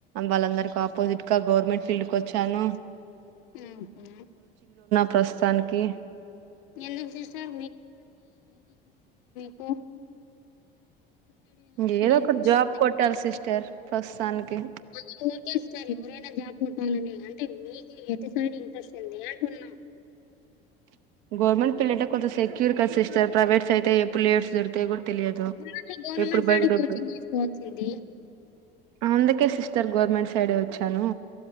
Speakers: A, on the right; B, on the left.
A: వాళ్ళందరికి ఆపో జిట్ గా గవర్నమెంట్ ఫీల్డ్కోచ్చాను
B: ఉమ్ హు
A: ప్రస్తుతానికి
B: ఎందుకు సిస్టర్ మ్
A: ఇంగేదో ఒకటి
B: ఇంట్రెస్ట్
A: జాబ్ కొట్టాలి సిస్టర్ ప్రస్తుతానికి
B: అది ఓకే సిస్టర్ ఎవరైనా జాబ్ కొట్టాలని అంటే మీకు ఎటు సైడ్ ఇంట్రెస్ట్ ఉంది అంటున్నా
A: <inaudible> గవర్నమెంట్ ఫీల్డ్ అయితే కొంత సెక్యూర్ కద సిస్టర్ ప్రవేట్స్ అయితే ఎప్పుడు లే ఆఫ్స్ జరుగుతాయో కూడా తెలియదు
B: ఉన్నట్టు గవర్నమెంట్
A: ఎప్పుడు బయకు
B: సైడ్
A: డొబ్
B: కోచింగ్ తీసుకోవాల్సింది.
A: అందుకే సిస్టర్ గవర్నమెంట్ సైడే వచ్చాను